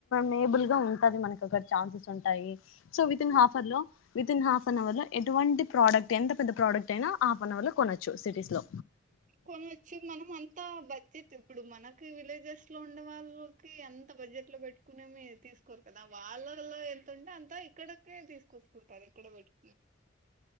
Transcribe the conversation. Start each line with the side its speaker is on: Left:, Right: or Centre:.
Left: మేబుల్ గా ఉంటుంది మనకు ఒకడ ఛాన్సెస్ ఉంటాయి సో వితిన్ హాఫ్ అవర్ లో వితి ఇన్ హాఫ్ అన్వ లో ఎటువంటి ప్రోడక్ట్ ఎంత పెద్ద ప్రోడక్ట్ అయినా హాఫ్ అన్ అవర్ లో కొనొచ్చు సిటీస్ లో
Right: కొనవచ్చు మనం అంత బడ్జెట్ ఇప్పుడు మనకి విలేజెస్ లో ఉండే వాళ్ళకి అంత బడ్జెట్ లో పెట్టుకునేమ తీసుకోరు కదా వాళ్ళలో ఎంతంటే అంత ఇక్కడకే తీసుకొసుకుంటారు ఇక్కడ పెట్టుకు